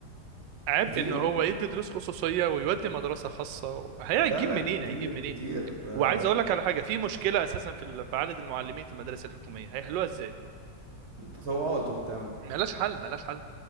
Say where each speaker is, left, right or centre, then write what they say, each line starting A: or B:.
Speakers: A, on the right (about 75°); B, on the right (about 45°).
A: عبء
B: كتير
A: ان هو يدي دروس خصوصيه ويودي مدرسه خاصه هيجيب
B: لا لا
A: منين
B: كتير
A: هيجيب منين
B: كتير آه،
A: وعايز اقول لك على حاجه في مشكله اساسا في ال- في عدد المعلمين في المدارس الحكوميه هيحلوها ازاي
B: تطوعات وبتاع
A: ملهاش حل ملهاش حل